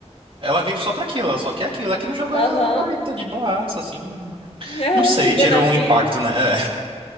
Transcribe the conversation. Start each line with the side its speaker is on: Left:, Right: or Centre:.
Right: Ela vive só pra aquilo, ela só quer aquilo. Aqui no jogo
Left: Aham.
Right: ela ai, tá de boaça, assim.
Left: É,
Right: Não sei,
Left: viver
Right: tirou
Left: na vida.
Right: um impacto, né? É.